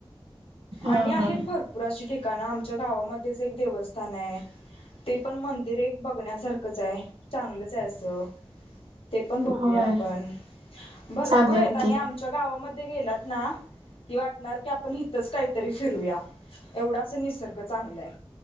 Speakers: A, on the right; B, on the left.
A: हा
B: आणि आहेत
A: हा
B: भरपूर अशी ठिकाणं आमच्या गावामध्येच एक देवस्थान. न य, ते पण मंदिर एक. बघण्यासारखंच हाय, चांगलचं हाय असं. ते पण बघूया
A: होय
B: आपण, भरपूर
A: चालेल
B: आहेत आणि
A: की
B: आमच्या गावामध्ये गेलात. नाऽऽइ वाट. नार की आपण इथंच काहीतरी फिरूया, एवढा अस निसर्ग, चांगला आहे